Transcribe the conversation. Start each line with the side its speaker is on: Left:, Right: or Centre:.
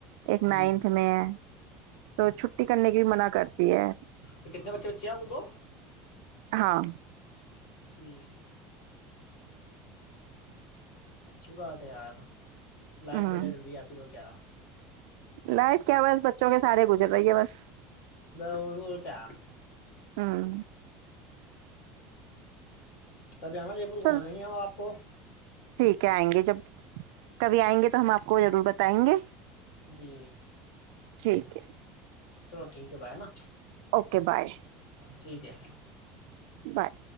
Right: ایک
Left: جی
Right: نائنتھ میں ہے تو چھٹی کرنے کی بھی منع کرتی ہے
Left: تو کتنے بچے بچے ہیں آپ کو دو
Right: ہاں
Left: جی اچھی بات ہے یار لائف
Right: ہ
Left: بڑھیا چل رہی ہے آپ کی تو کیا
Right: لائف کیا بس بچوں کے سارے گزر رہی ہے بس
Left: وہ کیا
Right: ہاں
Left: کبھی نا جے پور گھما
Right: چل
Left: دیں گے ہم آپ کو
Right: ٹھیک ہے آئیں گے جب کبھی آئیں گے تو ہم آپ کو ضرور بتائیں گے
Left: جی
Right: ٹھیک ہے
Left: چلو ٹھیک ہے بائی ہےا
Right: اوکے بائے
Left: ٹھیک ہے
Right: بائے